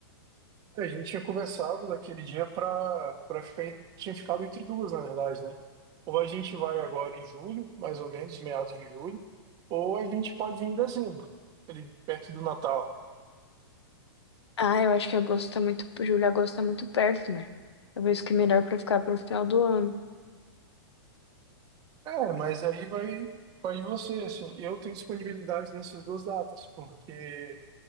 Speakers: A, on the right (about 30°); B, on the left (about 85°).
A: É, A gente tinha conversado daquele dia para para ficar, em- tinha ficado entre duas, na verdade, né? Ou a gente vai agora em julho, mais ou menos, meados de julho, ou a gente pode ir em dezembro, ali perto do Natal.
B: Ah, eu acho que agosto tá muito, julho, agosto tá muito perto, né? Talvez que é melhor pra ficar pro final do ano.
A: É, mas aí vai, vai de você, assim. Eu tenho disponibilidade nessas duas datas, porque